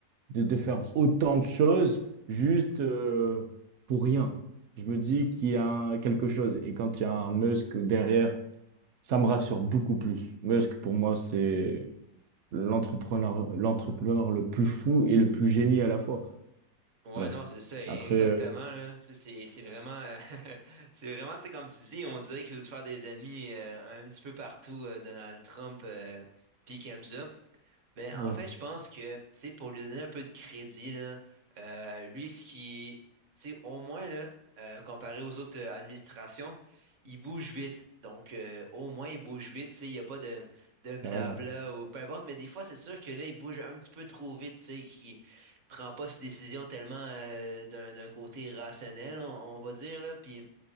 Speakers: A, on the right; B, on the right.
A: de, de faire autant de choses juste euh, pour rien. Je me dis qu'il y a un- quelque chose. Et quand il y a un Musk derrière, ça me rassure beaucoup plus. Musk, pour moi, c'est l'entrepreneur, l'entrepreneur le plus fou et le plus génie à la fois.
B: Ouais,
A: Bref.
B: non, c'est ça, et-
A: Après,
B: exactement,
A: euh,
B: là. Tu sais, c'est c'est vraiment, euh, <laughs> c'est vraiment, tu sais, comme tu dis, on dirait qu'il veut se faire des ennemis euh, un petit peu partout, euh, Donald Trump, euh, puis qu'il aime ça, mais en
A: Ouais,
B: fait, je pense que, tu sais, pour lui donner un peu de crédit, là, euh, lui, ce qui, tu sais, au moins, là, euh, comparé aux autres euh, administrations, il bouge vite. Donc, euh, au moins, il bouge vite, tu sais, il n'y a pas de, de blabla
A: carrément.
B: ou peu importe. Mais des fois, c'est sûr que là, il bouge un petit peu trop vite, tu sais, qu'il prend pas ses décisions tellement euh, d'un d'un côté rationnel, on, on va dire, là. Puis,